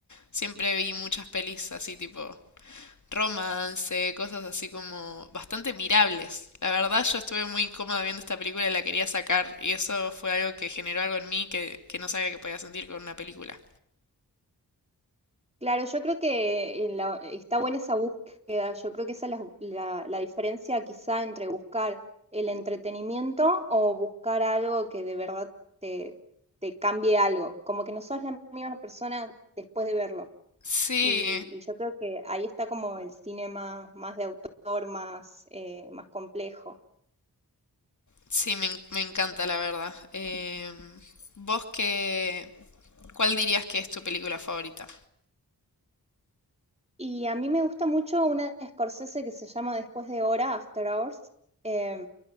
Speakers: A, on the left; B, on the right.
A: Siempre vi muchas pelis así tipo romance, cosas así como bastante mirables. La verdad, yo estuve muy incómoda viendo esta película y la quería sacar, y eso fue algo que generó algo en mí que, que no sabía que podía sentir con una película.
B: Claro, yo creo que en la- está buena esa búsqueda. Yo creo que esa es la, la- la diferencia quizá entre buscar el entretenimiento o buscar algo que de verdad te, te cambie algo. Como que no sos la misma persona después de verlo.
A: Sí,
B: Y, y yo creo que ahí está como el cine más, más de autor, más, eh, más complejo.
A: sí, me, en- me encanta la verdad. Em, ¿vos qué, cuál dirías que es tu película favorita?
B: Y a mí me gusta mucho una de Scorsese que se llama Después de Hora, After Hours. Eh,